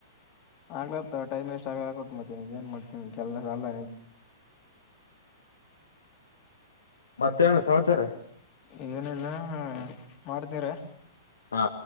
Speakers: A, on the left; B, on the left.
A: ಆಗ್ಲತ್ ಟೈಮ್ ವೇಸ್ಟ್ ಆಗ್ಲತ ಮತ್ತೆ ನೀಗ ಏನ್ ಮಾಡ್ತೀನಿ ಕೆಲ್ಲಸ ಅಲ್ಲ.
B: ಮತ್ತೆ ಏನಣ್ಣ ಸಮಾಚಾರ.
A: ಏನಿಲ್ಲ ಮಾಡ್ತನೀರು.
B: ಹ್ಮ